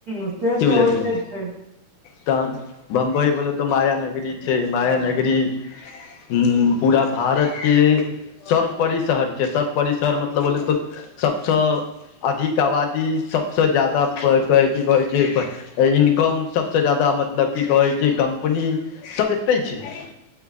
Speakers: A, on the right (about 75°); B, on the left (about 85°).
A: से तऽ
B: कि बुझिलय
A: होइते छै
B: तन बम्बई बोल तऽ माया नगरी छैय माया नगरी हू पूरा भारत के सर्वपरी शहर छैय सर्वपरी शहर मतलब बोलै तऽ सभसँ अधिक आबादी सभसँ जादा की कहैत छैय इनकम सभसँ ज्यादा मतलब की कहैत छैय कम्पनीसभ एतहि छैय